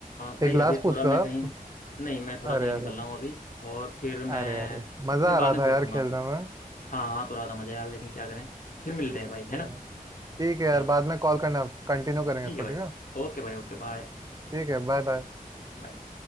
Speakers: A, on the left; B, on the right.
A: भाई
B: एक लास्ट
A: अभी
B: पूछ
A: थोड़ा मैं
B: लो आप
A: कहीं नहीं मैं थोड़ा
B: अरे
A: कहीं निकल
B: अरे
A: रहा हूँ अभी और फिर मैं
B: अरे अरे मजा
A: फिर बाद
B: आ रहा
A: में
B: था
A: पूछ
B: यार
A: लूंगा
B: खेलने
A: आपसे
B: में
A: हाँ हाँ तो रात मजा यार लेकिन क्या करें फिर मिलते
B: ठीक
A: हैं भाई है
B: है
A: ना
B: ठीक है यार
A: चलो
B: बाद में कॉल करना कंटिन्यू करेंगे
A: ठीक
B: इसको
A: है भाई
B: ठीक है
A: ओके भाई ओके बाय
B: ठीक है बाय बाय
A: बाय